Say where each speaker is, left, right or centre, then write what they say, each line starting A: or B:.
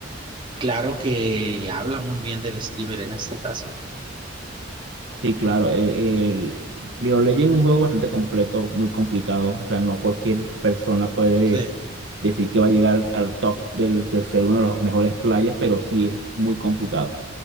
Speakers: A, on the right; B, on the right.
A: Claro que habla muy bien del streamer en este caso.
B: sí, claro. El, el- League of Legends es un juego bastante completo, muy complicado. O sea, no cualquier persona puede
A: Sí.
B: decir que va a llegar al al top del, de ser uno de los mejores players, pero sí es muy complicado.